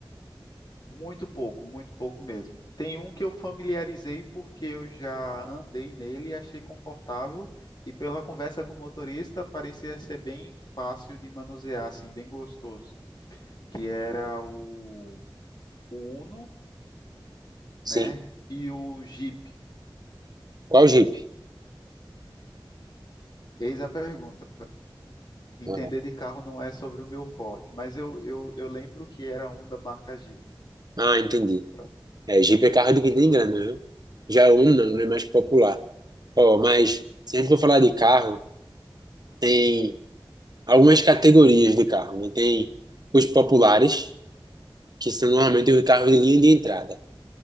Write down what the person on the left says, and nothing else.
Muito pouco, muito pouco mesmo. Tem um que eu familiarizei porque eu já andei nele e achei confortável, e pela conversa com o motorista parecia ser bem fácil de manusear, assim, bem gostoso, que era o, o Uno,
né, e o Jeep.
Eis a pergunta. Entender
de carro não é sobre o meu forte, mas eu, eu, eu lembro que era um da marca Jeep,
pra-